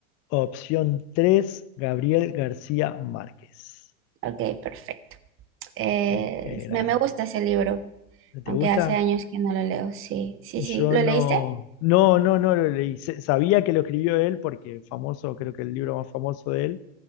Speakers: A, on the left; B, on the right.
A: Opción tres Gabriel García Márquez.
B: Ok, perfecto. Eh,
A: ¿Viste? Qué grande.
B: me, me gusta ese libro,
A: ¿No ¿Te
B: aunque
A: gusta?
B: hace años que no lo leo. Sí, sí,
A: Yo
B: sí. ¿Lo
A: no,
B: leíste?
A: no, no, no lo leí. Se- Sabía que lo escribió él porque famoso, creo que el libro más famoso de él,